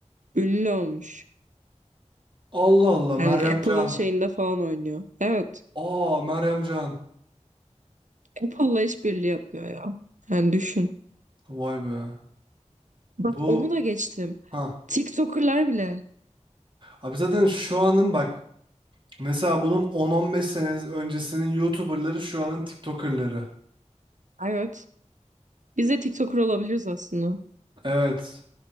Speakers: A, on the right (about 80°); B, on the right (about 40°).
A: ünlü olmuş.
B: Allah Allah Meryem
A: Yani Apple'ın
B: Can.
A: şeyinde falan oynuyor. Evet.
B: Aa Meryem Can.
A: Apple'la işbirliği yapıyor ya. Yani düşün.
B: Vay be.
A: Bak
B: Bu
A: onu da geçtim.
B: ha.
A: TikToker'lar bile
B: Abi zaten şu anın bak mesela bunun 10-15 sene öncesinin YouTuber'ları şu anın TikToker'ları.
A: Evet. Biz de TikToker olabiliriz aslında.
B: Evet.